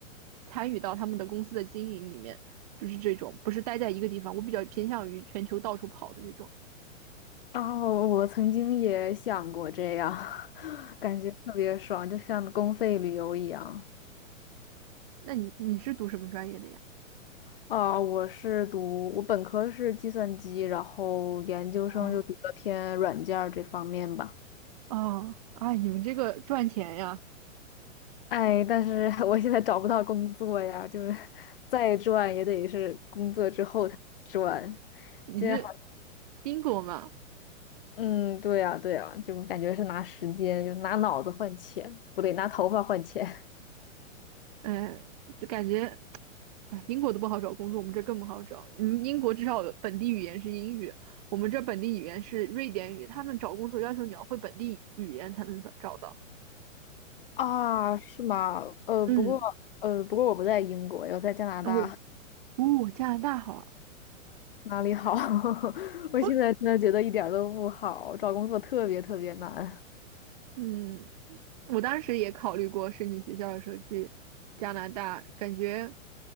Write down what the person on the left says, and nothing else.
哦，我曾经也想过这样，<laughs> 感觉特别爽，就像公费旅游一样。
啊，我是读，我本科是计算机，然后研究生就读了偏软件儿这方面吧。
哎，但是 <laughs> 我现在找不到工作呀，就 <laughs> 再赚也得是工作之后才赚。
现在好，
嗯，对呀，对呀，就感觉是拿时间，就拿脑子换钱，不对，拿头发换钱。
啊，是吗？呃，
不过呃，不过我不在英国，我在加拿大，
哪里好？<laughs> 我现在真的觉得一点儿都不好，
找工作特别特别难。